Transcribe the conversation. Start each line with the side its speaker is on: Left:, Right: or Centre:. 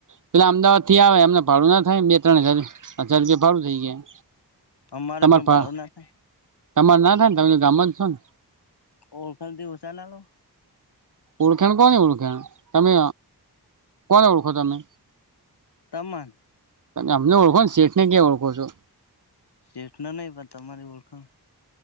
Right: પેલા અમદાવાદ થી આવે એમને ભાડું ના થાય બે ત્રણ હજાર. હજાર રૂપિયા ભારું થઈ ગયા
Left: અમારે
Right: તમાર
Left: પણ
Right: પા
Left: ભાડું ના થાય
Right: તમાર ના થાય ને તમે ગામ જ છો ને.
Left: ઓળખાણ થી ઓછા ના લો?
Right: ઓળખાણ કોને ઓળખાણ તમે કોને ઓળખો તમે?
Left: તમને.
Right: અમને ઓળખો ને શેઠને ક્યાં ઓળખો છો.
Left: જેેઠ ને નહી પણ તમારી ઓળખણ